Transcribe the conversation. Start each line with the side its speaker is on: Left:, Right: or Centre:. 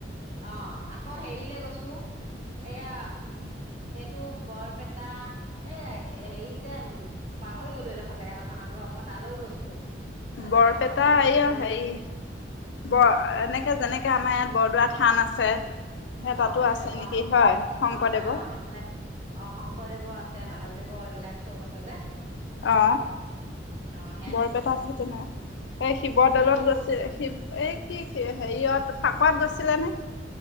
Right: অ আকৌ হেৰিলে গৈছো এয়া এইটো বৰপেটা এই হেৰি যে পাহৰি গলো এইডোখৰ জেগাডোখৰাম ৰ মই তালৈও গৈছিলো জেগাডোখৰ
Left: বৰপেটা
Right: নামেই মনলৈ
Left: এইয়া
Right: না
Left: হেৰি ব এনেকে যেনেকে আমাৰ ইয়াত বৰদোৱা থান আছে আছে হে
Right: অ
Left: তাতো
Right: তেনেকুৱা
Left: আছে নেকি
Right: অ
Left: হয় শংকৰদেৱৰ
Right: অ তাই অ সেইফালে অ শংকৰদেৱৰ আছে মাধৱদেৱ এইবিলাক চব আছে যে
Left: অ
Right: অ সেয়াতো
Left: বৰপেটাতহেতেন
Right: গৈছো আমি
Left: এই শিৱদৌলত
Right: তাতো
Left: গৈছে শিৱ এই কি হেৰিয়ত ফাকুৱাত গৈছে ছিলানে